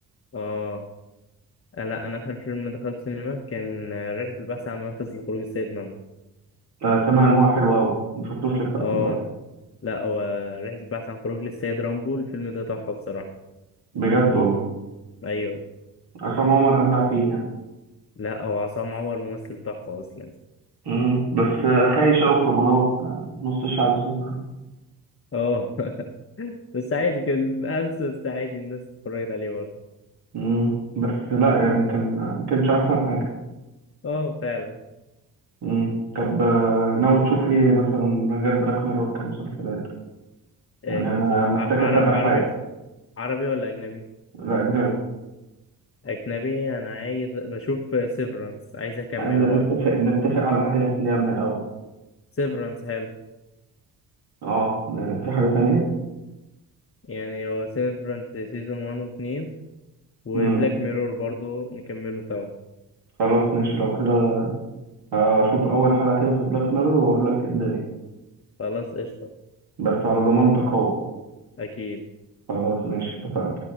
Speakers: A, on the left (about 25°); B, on the right (about 50°).
A: اه آه، لا انا اخر فيلم دخلت سينما كان آه، رحلة البحث عن منفذ لخروج السيد رامبو
B: آه، سامع ان هو حلو قوي مشفتوش لسه لحد
A: اه
B: دلوقتي
A: لا هو رحلة البحث عن خروج للسيد رامبو الفيلم ده تحفة بصراحة
B: بجد والله
A: ايوه
B: عصام عمر ابدع فيه يعني
A: لا هو عصام عمر ممثل تحفة اصلا
B: مم. بس خايش قوي في رمضان نص الشعب اسمه محمد
A: اه <laughs> بس عادي كان هلس بس عادي الناس اتفرجت عليه برضه
B: مم. بس لا يعني كان ما كانش احسن حاجه
A: اه فعلا
B: مم. طب آه، ناوي تشوف ايه مثلا غير بلاك ميرور كمسلسلات
A: آه،
B: يعني
A: كان
B: انا
A: مسلسل
B: محتاج
A: ع- عر-
B: اتابع
A: عربي
B: حاجه
A: عربي ولا اجنبي
B: لا اجنبي
A: اجنبي انا عايز بشوف سيفرنس عايز اكمله
B: عايز نتفق
A: بقى
B: نتفق على حاجه نبتديها من الاول
A: سيفرنس حلو
B: اه في حاجه تانية
A: يعني هو سيفرنس سيزون 1 و2 وبلاك
B: مم.
A: ميرور برضو نكمله سوا
B: خلاص ماشي لو كده اشوف اول حلقه كده في بلاك ميرور واقول لك إيه الدنيا
A: خلاص قشطة
B: بس على ضمانتك اهو
A: أكيد
B: خلاص ماشي اتفقنا